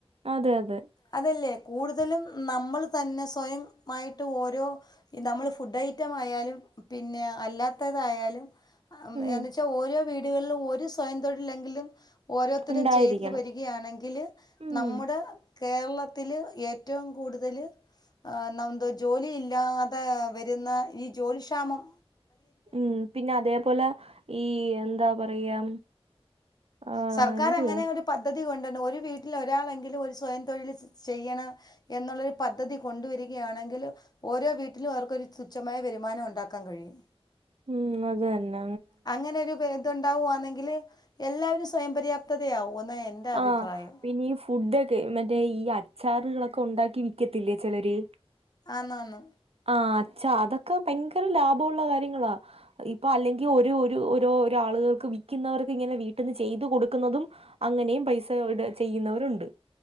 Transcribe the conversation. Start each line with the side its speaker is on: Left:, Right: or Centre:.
Right: അതെ അതെ.
Left: അതല്ലേ കൂടുതലും നമ്മൾ തന്നെ സ്വയം. മായിട്ട് ഓരോ നമ്മള് ഫുഡൈറ്റം ആയാലും പിന്നെ അല്ലാത്തതായാലും. അ
Right: ഉം
Left: എന്ന് വച്ചാ ഓരോ വീടുകൾലു ഒരു സ്വയം തൊഴിലെങ്കിലും. ഓരോത്തരും
Right: ഉണ്ടായിരിക്കണം
Left: ചെയ്ത് വരികയാണെങ്കില്
Right: ഉം
Left: നമ്മുടെ. കേരളത്തില് ഏറ്റവും കൂടുതല്. ആ നംന്തോ ജോലിയില്ലാതെ വരുന്ന ഈ ജോലി ക്ഷാമം.
Right: ഉം പിന്നതേപോലെ ഈ എന്താ പറയാ. ആഹ്
Left: സർക്കാർ
Right: എന്തുവാ
Left: അങ്ങനെ ഒരു പദ്ധതി കൊണ്ടുരണം ഒരു വീട്ടിൽ ഒരാളെങ്കിലും ഒരു സ്വയം തൊഴിൽ ചെയ്യണ. എന്നുള്ളൊരു പദ്ധതി കൊണ്ടുവരികയാണെങ്കിലു. ഓരോ വീട്ടിലും അവർക്കൊരു തുച്ഛമായ വരുമാനം ഉണ്ടാക്കാൻ കഴിയും.
Right: ഉം അത് തന്ന.
Left: അങ്ങനെരു പെ തുണ്ടാവുവിന്നെങ്കില്. എല്ലാവരും സ്വയം പര്യാപ്തയാകൂ എന്ന എൻറെ അഭിപ്രായം.
Right: ആഹ് പിന്നെ ഈ ഫുഡൊക്കെ മറ്റേ ഈ അച്ചാറ്കളൊക്കെ ഉണ്ടാക്കി വിക്ക്യത്തില്ലേ ചെലര്.
Left: ആന്നാന്നു.
Right: ആഹ് അച്ചാ അതൊക്കെ ഭയ്ങ്കര ലാഭമുള്ള കാര്യങ്ങളാ. ഇപ്പ അല്ലെങ്കി ഒരു ഒരു ഒരോ ഒരാളുകൾക്ക് വിക്ക്യുന്നവർക്കിങ്ങനെ വീട്ട്ന്ന് ചെയ്തു കൊടുക്കുന്നതും. അങ്ങനെയും പൈസ ഇ ട ചെയ്യുന്നവരുണ്ട്